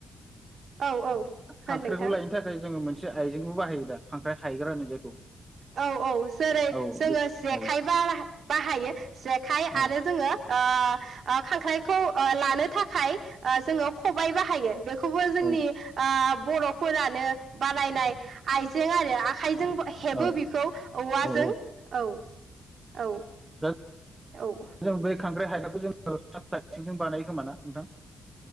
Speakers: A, on the right; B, on the right.
A: औ होन
B: खांख्रायखौ
A: नोंथां
B: लायनो थाखाय जोङो मोनसे आइजें। <unintelligible> बाहायो दा खांख्राइ हायग्रा होनो जायखौ।
A: औ औ जेरै
B: औ
A: जोङो जेखाइबा
B: औ
A: बाहायो जेखाइ
B: औ
A: आरो जोङो ओह ओ खांख्राइखौ ओ लानो थाखाय ओ जोङो खबाय बाहायो बेखौबो जोंनि
B: औ
A: आह बर'फोरानो बानायनाय आइजें आरो यो आखाइ हेबो
B: औ
A: बेखौ औवाजों
B: औ
A: औ औ।
B: दा
A: औ
B: जों बै खांख्राइ हायग्राखौ जों औ <unintelligible> थिंजों बानायो खोमा ना नोंथां?